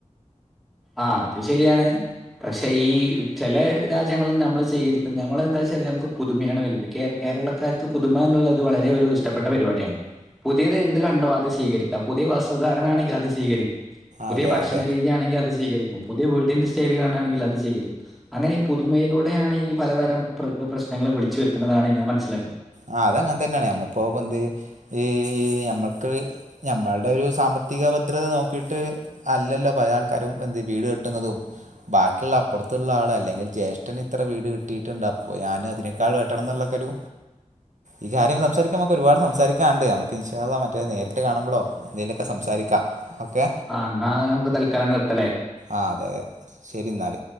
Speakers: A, in the centre; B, on the right.
A: ആഹ അതും ശരിയാണ് പക്ഷെ ഈ ചില രാജ്യങ്ങളിൽ നമ്മൾ സ്വീകരിക്കുന്നത് നമ്മള് എന്താ വെച്ചാ നമുക്ക് പുതുമയാണ് വലുത് കേ കേരളക്കാർക്ക് പുതുമ എന്നുള്ളത് വളരെ ഒരു ഇഷ്ടപ്പെട്ട പരിപാടിയാണ് പുതിയത് എന്ത് കണ്ടോ അത് സ്വീകരിക്കുക പുതിയ വസ്ത്രധാരണ ആണെങ്കിൽ അത് സ്വീകരിക്കും പുതിയ
B: അതെ
A: ഭക്ഷണ
B: അതെ
A: രീതിയാണെങ്കിൽ അത് സ്വീകരിക്കും, പുതിയ വീടിന്റെ സ്റ്റൈല് കാണാണെങ്കിൽ അത് സ്വീകരിക്കും അങ്ങനെ ഈ പുതുമയിലൂടെയാണ് ഈ പലതരം പ്ര പ്രശ്നങ്ങൾ വിളിച്ചു വരുത്തുന്നതാണ് ഞാൻ മനസ്സിലാക്കുന്നത്
B: ആ അതങ്ങനെതന്നെണ് നമ്മളിപ്പോ പണ്ട് ഈ നമ്മൾക്ക് ഞമ്മളുടെ ഒരു സാമ്പത്തിക ഭദ്രത നോക്കിട്ട് അല്ലല്ലോ പല ആൾക്കാരും എന്ത് വീട് കെ തും ബാക്കിയുള്ള പുറത്തുള്ള ആൾ അല്ലെങ്കിൽ ജ്യേഷ്ഠൻ ഇത്ര വീട് കിട്ടിയിട്ടണ്ട് അപ്പോൾ ഞാനും അതിനേക്കാൾ വെട്ടണം എന്നുള്ളൊക്കൊരു ഈ കാര്യം സംസാരിക്കാൻ മ്മക്ക് ഒരുപാട് സംസാരിക്കാന്ണ്ട് നമുക്ക് ഇൻഷാ അള്ളാ മറ്റേത് നേരിട്ട് കാണുമ്പളോ എന്തെലൊക്കെ സംസാരിക്കാം ഓക്കെ
A: ആ ന്നാ അഹ് തൽക്കാലം നിർത്തലേ
B: ആഹ അതെ അതെ ശരി ഇന്നാൽ